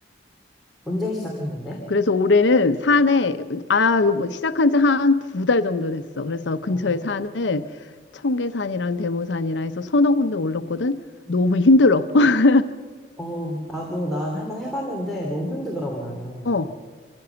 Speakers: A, in the centre; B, on the left.
A: 언제 시작했는데?
B: 그래서 올해는 산에 아 요번 시작한 지 한 두 달 정도 됐어. 그래서
A: 아,
B: 근처에 산을 청계산이랑 대모산이라 해서 서너 군데 올랐거든.
A: 생각해.
B: 너무 힘들어. <laughs>
A: 어, 나도 난 한번 해봤는데 너무 힘들더라고, 나는.
B: 어.